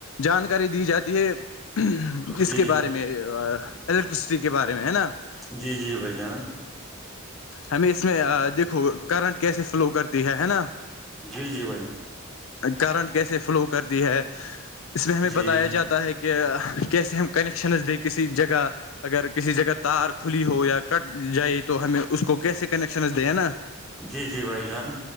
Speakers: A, on the left (about 70°); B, in the centre.
A: جانکاری دی جاتی ہے ج
B: جی
A: کے بارے میں الیکٹرسٹی کے بارے میں ہے نا
B: جی جی بھائی جان
A: ہمیں اس میں دیکھو کرنٹ کیسے فلو کرتی ہے ہے نا
B: جی جی بھیا
A: کرنٹ کیسے فلو کرتی ہے اس میں ہمیں
B: جی
A: بتایا جاتا ہے کہ کہہ کی سے ہم کنیکشنز د کسی جگہ اگر کسی جگہ تار کھلی ہو یا کٹ جائے تو ہمیں اس کو کیسے کنیکشن دیں نا
B: جی جی بھائی جان